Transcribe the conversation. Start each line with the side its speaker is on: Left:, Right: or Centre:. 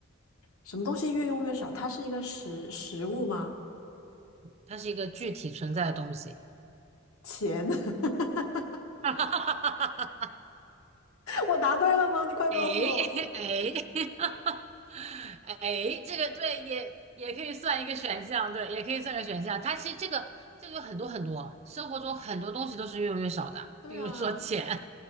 Left: 什么东西越用越少？它是一个食食物吗？
Right: 它是一个具体存在的东西。
Left: 钱，<laughs>
Right: <laughs> 哈哈哈哈
Left: 我答对了吗？你快告诉我。
Right: 哎哎，哎 <laughs> 哎，这个对，也也可以算一个选项，对，也可以算个选项。它其实这个这个有很多很多，生活中很多东西都是越用越少的，
Left: 对啊，
Right: 比如说钱、